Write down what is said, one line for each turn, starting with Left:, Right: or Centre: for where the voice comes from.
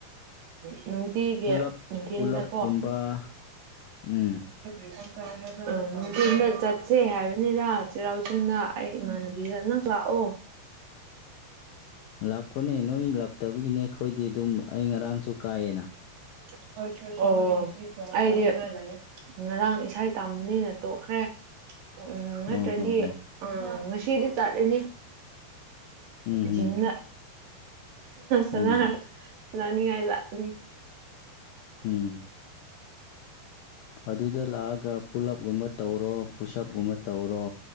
Right: ꯎꯝ꯫ ꯅꯨꯡꯇꯤꯒꯤ
Left: ꯄꯨꯂꯞ
Right: ꯅꯨꯡꯊꯤꯟꯗꯀꯣ
Left: ꯄꯨꯂꯞꯒꯨꯝꯕ ꯎꯝ꯫
Right: ꯫ ꯑꯥ ꯅꯨꯡꯊꯤꯟꯗ ꯆꯠꯁꯦ ꯍꯥꯏꯕꯅꯤꯗ ꯆꯩꯔꯥꯎ ꯆꯤꯡꯗ ꯑꯩ ꯏꯃꯥꯟꯅꯕꯤꯒ ꯅꯪꯁꯨ ꯂꯥꯛꯑꯣ꯫
Left: ꯂꯥꯛꯄꯅꯦ ꯅꯣꯏ ꯂꯥꯛꯇꯕꯒꯤꯅꯦ ꯑꯈꯣꯏꯗꯤ ꯑꯗꯨꯝ ꯑꯩ ꯉꯔꯥꯡꯁꯨ ꯀꯥꯏꯌꯦꯅ꯫
Right: ꯫ ꯑꯣ ꯑꯩꯗꯤ ꯉꯔꯥꯡ ꯏꯁꯩ ꯇꯥꯝꯕꯅꯤꯅ ꯇꯣꯛꯈ꯭ꯔꯦ꯫ ꯎꯝ ꯅꯠꯇ꯭ꯔꯗꯤ
Left: ꯑꯣ ꯍꯣ ꯍꯣ
Right: ꯑꯥ ꯉꯁꯤꯗꯤ ꯆꯠꯂꯅꯤ꯫
Left: ꯎꯝ ꯎꯝ
Right: ꯖꯤꯝꯂ ꯁꯅꯥꯔꯅ
Left: ꯎꯝ
Right: ꯂꯥꯛꯅꯤꯉꯥꯏ ꯂꯥꯛꯅꯤ꯫
Left: ꯎꯝ꯫ ꯑꯗꯨꯗ ꯂꯥꯛꯑꯒ ꯄꯨꯂꯞꯀꯨꯝꯕ ꯇꯧꯔꯣ ꯄꯨꯁ‌ꯑꯞꯀꯨꯝꯕ ꯇꯧꯔꯣ꯫